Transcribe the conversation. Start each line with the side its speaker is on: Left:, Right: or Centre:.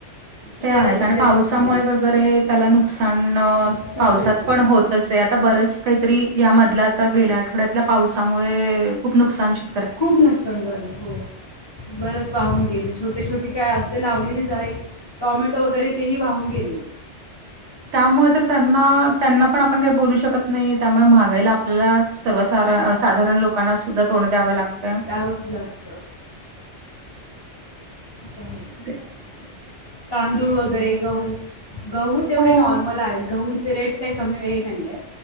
Left: की
Right: ते
Left: त्याला
Right: आहेच.
Left: इकडे
Right: आणि पावसामुळे
Left: हा
Right: वगैरे, त्याला नुकसान,
Left: नुकसानच
Right: पावसात
Left: इकडे
Right: पण होत तसंय आता. बरंच काहीतरी यामधलं आता, गेल्या आठवड्यातल्या पावसामुळे, खूप नुकसान श
Left: खूप नुकसान झालं. हो. बरच वाहून गेल. छोटे - छोटी काय असले, लावलेली जाई टॉमॅटो वगैरे, तेही वाहून गेले.
Right: त्यामुळे तर त्यांना. त्यांना पण आपण काही बोलू शकत नाही. त्यामुळे महागाईला आपल्याला सर्व सारा साधारण लोकांना सुद्धा, तोंड द्यावं लागतय.
Left: त्यावंच लागतं असं आहे
Right: <inaudible>
Left: तांदूळ वगैरे, गहू. गहू तेवढे
Right: हो
Left: नॉर्मल आहेत. गहूंचे रेट काही कमी, हे नाहीये.